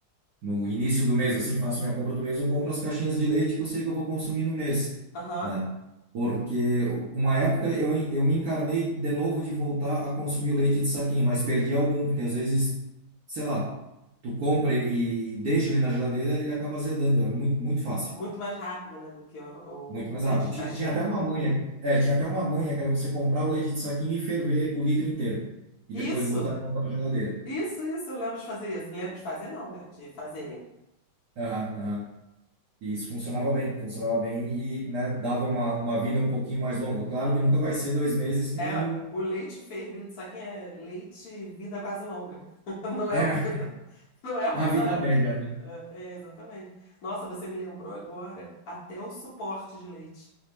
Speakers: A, on the right; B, on the left.
A: no início do mês, assim, faço minha compra do mês, eu compro as caixinhas de leite que eu sei que eu vou consumir no mês,
B: Aham.
A: né? Porque uma época eu, en- eu me encarnei de novo de voltar a consumir o leite de saquinho, mas perdi algum, porque às vezes, sei lá, tu compra e, e deixa ele na geladeira, ele acaba azedando, é muito, muito fácil,
B: Muito mais rápido, né, do que o,
A: muito mais
B: o leite
A: rápido.
B: de
A: Tinha,
B: caixinha.
A: tinha até uma manha, é, tinha até uma manha que era você comprar o leite de saquinho e ferver o litro inteiro, e
B: Isso,
A: depois botar de volta na geladeira.
B: isso, isso, eu lembro de fazer isso. Lembro de fazer, não, né? De fazerem.
A: Aham, aham. E isso funcionava bem, funcionava bem e, né, dava uma, uma vida um pouquinho mais longa. Claro que nunca vai ser dois meses que
B: É,
A: nem o,
B: o leite fervido de saquinho é leite vida quase longa. <laughs>
A: <laughs>
B: Não é
A: é
B: o vida, <laughs> não é o
A: a
B: vida
A: vida
B: longa.
A: média, né?
B: É, é, exatamente. Nossa, você me lembrou agora até o suporte de leite